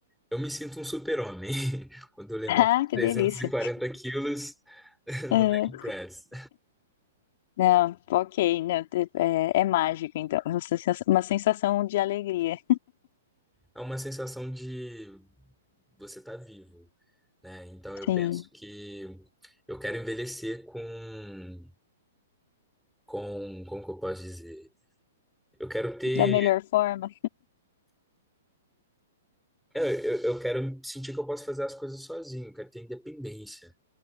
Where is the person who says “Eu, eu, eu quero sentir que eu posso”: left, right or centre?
Centre